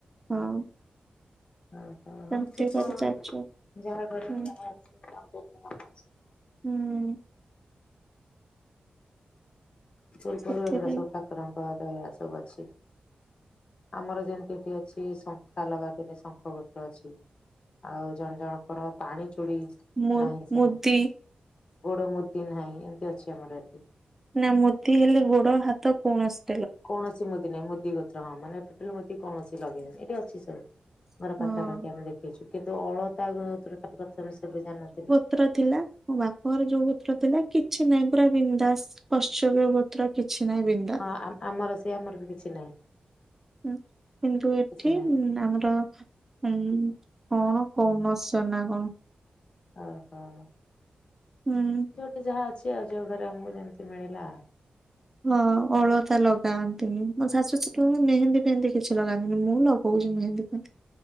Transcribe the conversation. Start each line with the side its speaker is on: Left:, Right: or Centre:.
Right: ହଁ
Left: <unintelligible>
Right: ସେମିତି
Left: ହଁ ପ
Right: କରି ଚାଲିଛୁ
Left: ଯାହା ଘରେ
Right: ହୁଁ
Left: ଯାହା ଅଛି ଅଛି ନା।
Right: ହୁଁ।
Left: ଚୁରପ
Right: ସେଥିପାଇଁ
Left: ସବୁ ଠାକୁରଙ୍କ ଦୟା ସବୁ ଅଛି। ଆମର ଯେମିତି ଏଠି ଅଛି ଶଙ୍ଖା ଲଗା ଦିନି ଶଙ୍ଖପତ୍ର ଅଛି। ଆଉ ଜଣେ ଜଣଙ୍କର ପାଣି ଚୁଡି
Right: ମୁ
Left: ନାହିଁ ସେମାନେ
Right: ମୁଦି
Left: ଗୋଡ ମୁଦି ନାହିଁ ଏମତି ଅଛି ଆମର ଏଠି
Right: ନା ମୋଦି ହେଲେ ଗୋଡ ହାତ କୌଣସି
Left: କୌଣସି ମୁଦି ନାହିଁ ମୁଦି ଗୋତ୍ର ହଁ ମାନେ ଟୋଟାଲ ମୁଦି କୌଣସି ଲଗେଇନି ଏଠି ଅଛି ସବୁ। ମୋର
Right: ହଁ
Left: ପାଖାପାଖି ଆମେ ଦେଖୁଛୁ କିନ୍ତୁ ଅଳତା ଗ- ଏସବୁ ବିଷୟ ରେ ଜାଣିନଥିଲି।
Right: ପତ୍ର ଥିଲା ମୋ ବାପାଙ୍କର ଯୋଉ ଗୋତ୍ର ଥିଲା କିଛି ନାହିଁ ପୁରା ବିନ୍ଦାସ। ପଶ୍ଚବ୍ୟ ଗୋତ୍ର କିଛି ନାହିଁ ବିଧୁ
Left: ହଁ ଆମର ସେ ଆମର ବି କିଛି ନାହିଁ।
Right: ହଁ କିନ୍ତୁ ଏଠି
Left: କିଛି ନାହିଁ
Right: ଆମର ହୁଁ କଣ କମଛ ନା କଣ।
Left: ହଁ ହଁ।
Right: ହୁଁ
Left: ଯଉଠି ଯାହା ଅଛି ଅଉ ଯୋଉ ଘରେ ଆମକୁ ଯେମିତି ମିଳିଲା।
Right: ହଁ ଅଳତା ଲଗାନ୍ତିନି ମୋ ଶାଶୁ ଶୁ ମେହେନ୍ଦୀ ଫେହେନ୍ଦୀ କିଛି ଲଗାିନନି ମୁଁ ଲ ହଉଛି ନହେଁ ଦେଖନ୍ତନ୍ତି